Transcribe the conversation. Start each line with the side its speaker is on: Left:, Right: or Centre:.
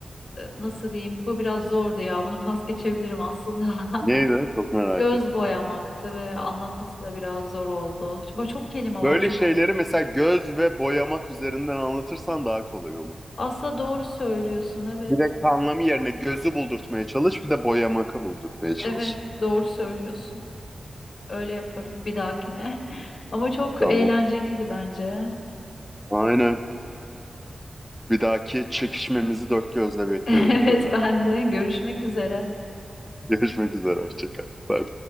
Left: e, nasıl diyeyim? Bu biraz zordu ya. Bunu pas geçebilirim aslında.
Centre: Neydi?
Left: <laughs>
Centre: Çok merak
Left: Göz
Centre: ettim.
Left: boyamaktı ve anlatması da biraz zor oldu. Çok, çok kelime var
Centre: Böyle
Left: çünkü
Centre: şeyleri
Left: oraya gelene
Centre: mesela
Left: kadar.
Centre: göz ve boyamak üzerinden anlatırsan daha kolay olur.
Left: Aslında doğru söylüyorsun evet.
Centre: Direkt anlamı yerine gözü buldurtmaya çalış, bir de boya maka buldurtmaya
Left: Evet
Centre: çalış.
Left: doğru söylüyorsun. Öyle yaparım bir dahakine. <laughs> Ama çok
Centre: Tamam.
Left: eğlenceliydi bence.
Centre: Aynen. Bir dahaki çekişmemizi dört gözle
Left: <laughs>
Centre: bekliyorum
Left: Evet
Centre: Kübra.
Left: ben de. Görüşmek üzere.
Centre: Görüşmek üzere, hoşça kal. Bye.